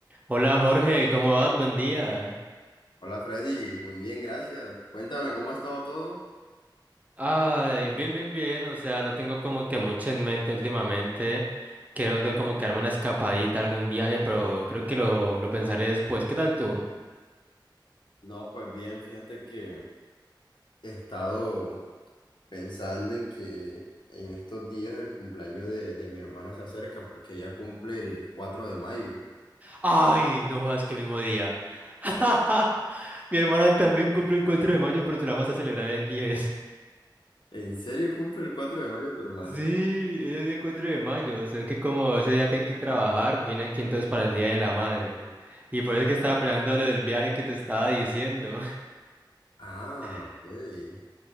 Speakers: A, on the right (about 20°); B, on the left (about 75°).
A: Hola Jorge, ¿cómo vas? Buen día.
B: Hola Freddy, muy bien, gracias. Cuéntame, ¿cómo ha estado todo?
A: Ay, bien, bien, bien. O sea, no tengo como que mucho en mente últimamente. Quiero como que darme una escapadita, algún viaje, pero creo que lo, lo pensaré después. ¿Qué tal tú?
B: No, pues bien, fíjate que he estado pensando en que en estos días el cumpleaños de, de mi hermana se acerca porque ella cumple el cuatro de mayo.
A: Ay, no jodas, que mismo día. <laughs> Mi hermana también cumple el 4 de mayo, pero se la vamos a celebrar el 10.
B: ¿En serio cumple el 4 de mayo tu hermana?
A: Sí, ella es el 4 de mayo. O que como ese día tiene que trabajar, vine aquí entonces para el Día de la Madre. Y por eso es que estaba planeando lo del viaje que te estaba diciendo.
B: Ah,
A: <laughs>
B: ok.